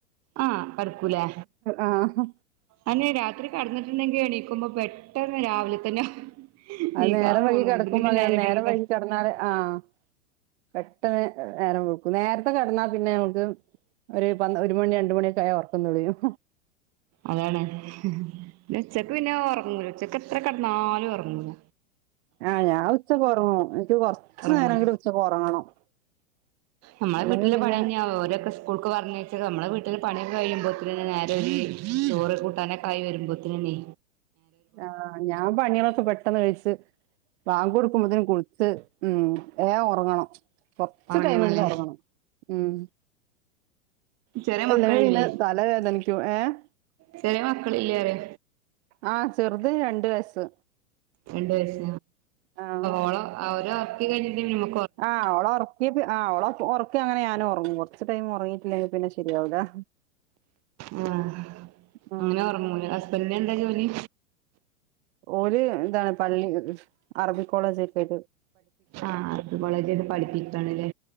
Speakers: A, on the right (about 40°); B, on the right (about 55°).
A: ആഹ് കട്ക്കൂലെ
B: ആഹ്
A: അന്ന് രാത്രി കെട്ന്ന്ട്ടെണ്ടെങ്കി എണീക്കുമ്പൊ പെട്ടെന്ന് രാവില തന്നെ
B: അത്
A: നീക്കാൻ
B: നേരം
A: തോണൂല
B: വൈകി കെടക്കുമ്പൊ
A: ഇതിങ്ങനെ
B: അങ്ങനെ നേരം വൈകി
A: കെട
B: കെടന്നാല് ആഹ് പെട്ടന്ന് നേരം വെള്ക്കും. നേര്ത്തെ കെടന്നാ പിന്നെ നമ്ക്ക് ഒരു പൻ ഒര് മണി രണ്ട് മണിയൊക്കായാ ഒറക്കം തൊടരും.
A: അതാണ് പിന്നെ ഉച്ചക്ക് പിന്നെ ഒറ്ങ്ങൂല. ഉച്ചക്ക് എത്ര കെട്ന്നാലും ഒറങ്ങൂല.
B: ആഹ് ഞാൻ ഉച്ചക്ക് ഒർങ്ങും. എനിക്ക് കൊറ്ച്ച്
A: ഉറങ്ങും
B: നേരെങ്കിലും ഉച്ചക്ക് ഒറങ്ങണം.
A: നമ്മളെ
B: അല്ലെങ്കി
A: വീട്ട്ലെ
B: പിന്നെ
A: പണിയെന്ന്യാവും ഓരൊക്ക സ് സ്കൂൾക്ക് പറഞ്ഞയ്ച്ച നമ്മളെ വീട്ട്ലെ പണിയൊക്ക കയ്യുമ്പോത്തിന് നേരെ ഒര് ചോറ് കൂട്ടാന് കായ് വരുമ്പോത്തിന് നീ
B: ആഹ് ഞാ പണീളൊക്ക പെട്ടന്ന് കഴ്ച്ച് ബാങ്കൊടുക്കുമ്പത്തിന് കുള്ച്ച് ഉം വേ ഒറ്ങ്ങണം കൊറ്ച്ച്
A: ഉറങ്ങണല്ലോ
B: ടൈമെങ്കിലും ഒറ്ങ്ങണം ഉം
A: ചെറിയ
B: അല്ലെങ്കി
A: മക്കളില്ലേ
B: പിന്നെ തല വേദനിക്കും ഏഹ്
A: ചെറിയ മക്കളില്ലേ അറിയ
B: ആഹ് ചെറ്ത് രണ്ട് വയസ്സ്
A: രണ്ട് വയസ്സ്
B: ആഹ്
A: ഓളെ ആഹ് ഓരെ ഒറ്ക്കി കഴിഞ്ഞിട്ടന്നെ ഞ
B: ആഹ് ഓളൊർ ഇ ആഹ് ഓള ഒറ്ക്കി അങ്ങനെ ഞാനും ഒറ്ങ്ങും കൊറ്ച്ച് ടൈമ് ഒറ്ങ്ങീട്ടില്ലെങ്കി പിന്നെ ശരിയാവൂല
A: ഉം
B: ഉം
A: അങ്ങനെ ഒർങ്ങുലെ ഹസ്ബന്റിനെന്ത ജോലി
B: ഓലാ ഇതാ പള്ളി അറബി കോളേജ് ഒക്കായ്
A: ആഹ് അർബികോളേജ് ആയ്ട്ട് പഠിപ്പിക്കണലെ